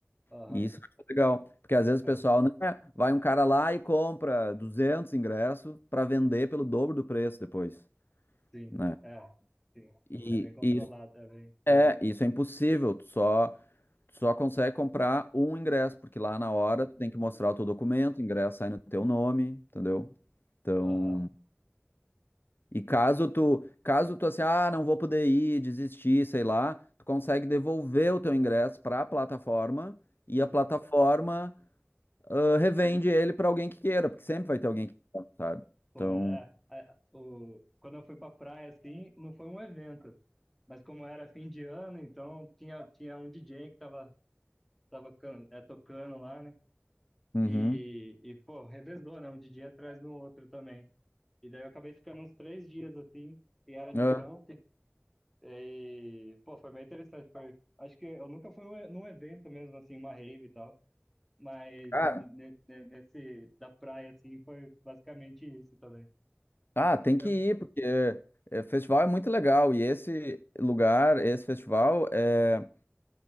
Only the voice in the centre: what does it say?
Aham,
é,
sim,
é, sim.
É bem
controlado,
é bem.
Aham,
sim.
Pô,
é, é, é, o, quando eu fui pra praia, assim, não foi um evento. Mas como era fim de ano, então tinha, tinha um DJ que tava tava can- é, tocando lá, né?
E, e, pô, revezou, né? Um DJ atrás no outro também. E daí eu acabei ficando uns três dias assim, e era de
camp. E, pô, foi bem interessante. Foi, acho que eu nunca fui num e- num evento mesmo, assim, uma rave e tal. Mas
ne- ne- ne- nesse da praia, assim, foi basicamente isso também.
Eu,